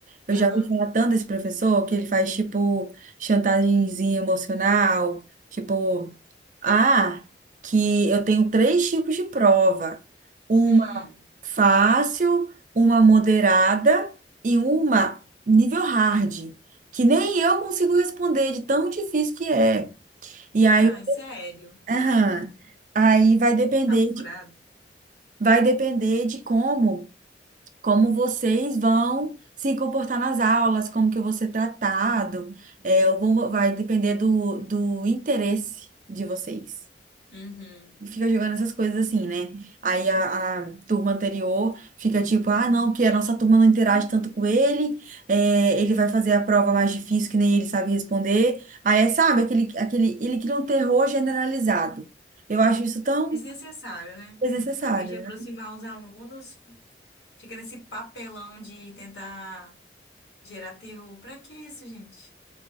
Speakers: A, on the right; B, on the left.
A: Eu
B: Aham.
A: já ouvi falar tanto desse professor que ele faz, tipo, chantagemzinha emocional, tipo, ah, que eu tenho três tipos de prova. Uma
B: Hum.
A: fácil, uma moderada e uma nível hard, que nem eu consigo responder de tão difícil que é. E aí,
B: Ai, sério.
A: aham, aí vai depender
B: Papo furado.
A: de, vai depender de como. como vocês vão se comportar nas aulas, como que eu vou ser tratado, é, eu vou- vai depender do, do interesse de vocês.
B: Uhum.
A: Fica jogando essas coisas assim, né? Aí a, a turma anterior fica tipo, ah, não, porque a nossa turma não interage tanto com ele, é, ele vai fazer a prova mais difícil que nem ele sabe responder. Aí, sabe, aquele, aquele, ele cria um terror generalizado. Eu acho isso tão
B: Desnecessário, né?
A: desnecessário,
B: Em vez de aproximar
A: né?
B: os alunos, fica nesse papelão de tentar gerar terror. Pra que isso, gente?